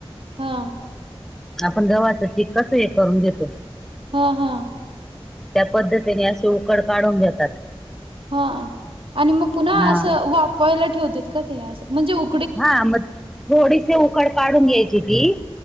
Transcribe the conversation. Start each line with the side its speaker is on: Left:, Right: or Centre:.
Right: हा.
Centre: आपण गव्हाचं पीठ कसं हे करून घेतो
Right: हा हा.
Centre: त्या पद्धतीने असे उकड काढून घेतात.
Right: हा, आणि मग पुन्हा
Centre: हा
Right: असं वाफवायला ठेवत्यात का ते असं? म्हणजे उ
Centre: हा मग थोडीशी उकड काढून घ्यायची ती,